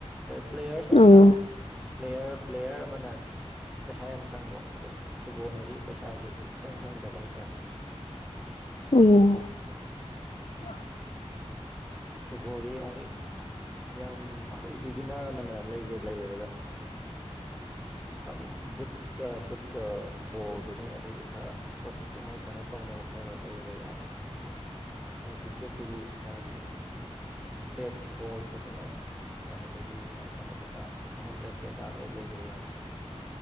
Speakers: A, in the centre; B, on the left.
A: ꯄ꯭ꯂꯦꯌꯔꯁ ꯑꯃꯅ
B: ꯑꯣ
A: ꯄ꯭ꯂꯦꯌꯔ ꯄ꯭ꯂꯦꯌꯔ ꯑꯃꯅ ꯄꯩꯁꯥ ꯌꯥꯝ ꯆꯪꯕ ꯑꯗꯣ ꯐꯨꯠꯕꯣꯜꯅꯗꯤ ꯄꯩꯁꯥꯁꯦ ꯏꯆꯪ ꯆꯪꯗꯕ ꯍꯥꯏ ꯇꯥꯔꯦ <unintelligible>
B: ꯑꯣ <inaudible>
A: ꯐꯨꯠꯕꯣꯜꯒ ꯑꯅꯤ ꯌꯥꯝ ꯕꯤꯒꯤꯅꯔ ꯑꯃꯅ ꯂꯩꯒꯦ ꯂꯩꯌꯦꯕꯗ ꯁꯝ ꯕꯨꯠꯁꯀ ꯕꯨꯠꯀ ꯕꯣꯜꯗꯨꯅꯦ ꯑꯗꯒꯤ ꯈꯔ ꯄꯣꯠꯇꯤ ꯃꯣꯏ ꯀꯩꯅꯣ ꯇꯧꯅ ꯇꯧꯈ꯭ꯔꯒ ꯂꯩꯔꯒ ꯌꯥꯔꯦ꯫ ꯀ꯭ꯔꯤꯛꯀꯦꯠꯀꯤꯗꯤ ꯃꯥꯒꯤ꯫ ꯕꯦꯠ ꯕꯣꯜ ꯐꯖꯅ <unintelligible> ꯃꯥꯥꯏ ꯀꯩꯅꯣ ꯀꯩꯀꯥ꯫ ꯍꯦꯝꯂꯦꯠ ꯀꯩꯀꯥ ꯂꯣꯏ ꯂꯩꯗꯣꯏ ꯌꯥꯗꯅꯤ